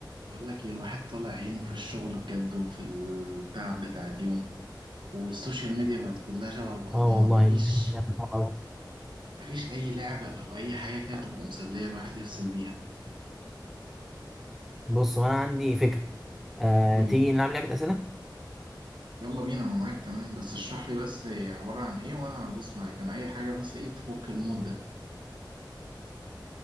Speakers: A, on the right; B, in the centre.
A: بقول لك ايه الواحد طالع عينه في الشغل بجد وفي التعب بتاع اليوم والسوشيال ميديا بقت كلها شبه بعضها
B: اه والله
A: مفيش
B: الدنيا صعبة.
A: مفيش اي لعبة او اي حاجة كده تبقى مسلية الواحد يفصل بيها
B: بص وانا عندي فكره آه،
A: قول
B: تيجي
A: لي
B: نلعب لعبه اسئله
A: يلا بينا انا معاك تمام بس اشرح لي بس عبارة عن ايه وانا هدوس معاك انا اي حاجة بس ايه تفك المود ده